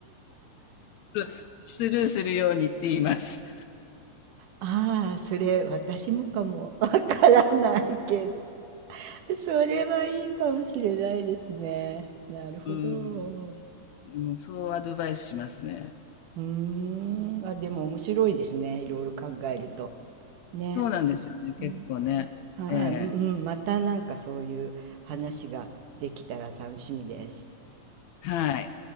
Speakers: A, on the left; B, on the right.
A: <laughs> スルーするようにって言います。
B: ああ、それ私もかもわからないけ <laughs> それはいいかもしれないですね。なるほど。
A: うん。
B: う
A: うん、そうアドバイスしますね。
B: ーん。あ、でも面白いですね。いろいろ考えると。ね。
A: そうなんですよね。結構ね。
B: うん、はい。
A: ええ。
B: うん、うんまたなんかそういう話ができたら楽しみです。
A: はい。